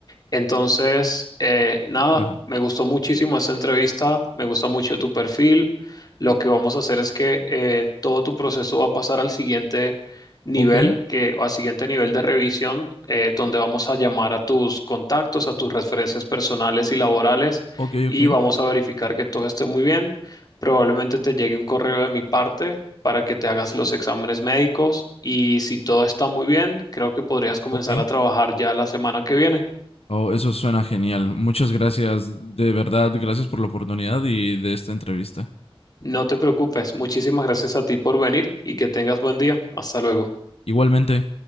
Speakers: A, on the left; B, on the left.
A: Entonces, eh, nada,
B: claro.
A: me gustó muchísimo esta entrevista, me gustó mucho tu perfil. Lo que vamos a hacer es que eh, todo tu proceso va a pasar al siguiente nivel,
B: Ok,
A: que, o al siguiente nivel de revisión, eh, donde vamos a llamar a tus contactos, a tus referencias personales y laborales,
B: ok,
A: y
B: ok,
A: vamos a verificar que todo esté muy bien. Probablemente te llegue un correo de mi parte para que te hagas los exámenes médicos y si todo está muy bien, creo que podrías comenzar
B: ok.
A: a trabajar ya la semana que viene.
B: Oh, eso suena genial. Muchas gracias, de verdad, gracias por la oportunidad y de esta entrevista.
A: No te preocupes, muchísimas gracias a ti por venir y que tengas buen día. Hasta luego.
B: Igualmente.